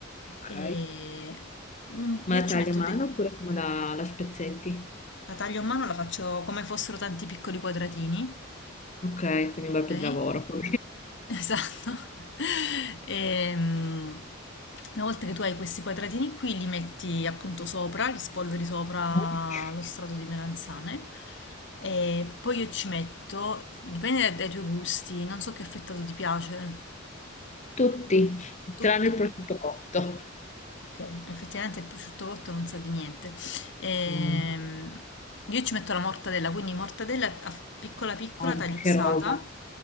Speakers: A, on the left (about 35°); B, on the left (about 60°).
A: Ok.
B: e un- io
A: Ma la
B: ci
A: tagli
B: metto,
A: a mano
B: de-
A: oppure come la, la spezzetti?
B: la taglio a mano, la faccio come fossero tanti piccoli quadratini,
A: Ok, quindi un bel po'
B: ok?
A: di lavoro. <laughs>
B: Esatto. <laughs> Ehm, una volta che tu hai questi quadratini qui, li metti appunto sopra, li spolveri sopra
A: Ok. Eh?
B: lo strato di melanzane e poi io ci metto, dipende dai, dai tuoi gusti, non so che affettato ti piace,
A: Tutti,
B: tutti.
A: tranne il prosciutto cotto.
B: Ok, effettivamente il prosciutto cotto non sa di niente. Ehm,
A: Mm.
B: io ci metto la mortadella, quindi mortadella a- piccola piccola
A: Guarda
B: tagliuzzata.
A: che roba.